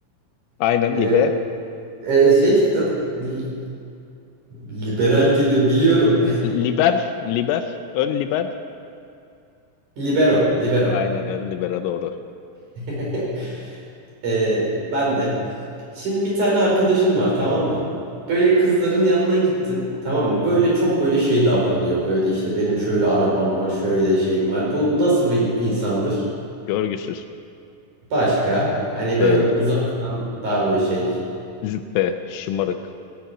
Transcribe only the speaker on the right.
<laughs> e,
e, şey da, li- liberal geliyor. Biliyorum.
<laughs> Libero. Libero.
<laughs> Ee, ben de. Şimdi bir tane arkadaşın var tamam mı? Böyle kızların yanına gittin tamam mı? Böyle çok böyle şey davranıyor. Böyle işte benim şöyle arabam var, şöyle şeyim var. Bu nasıl bir insandır?
Başka hani böyle
uzaktan daha böyle şey.